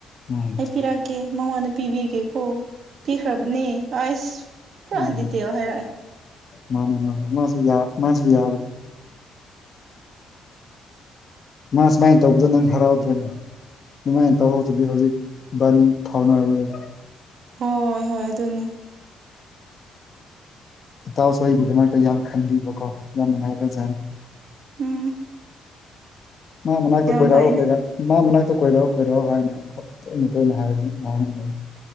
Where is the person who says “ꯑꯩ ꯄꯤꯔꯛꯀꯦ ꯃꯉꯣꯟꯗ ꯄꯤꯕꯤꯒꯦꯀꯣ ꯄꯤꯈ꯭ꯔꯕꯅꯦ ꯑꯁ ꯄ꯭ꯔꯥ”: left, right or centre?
Right